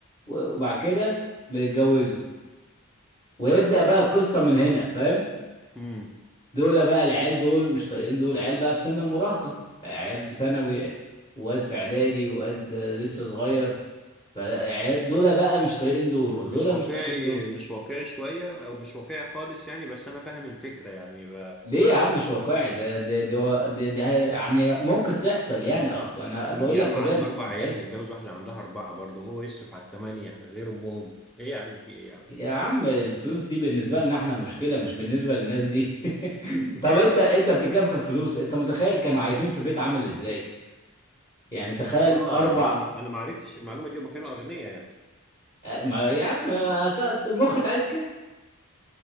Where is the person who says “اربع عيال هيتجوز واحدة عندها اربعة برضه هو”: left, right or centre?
Centre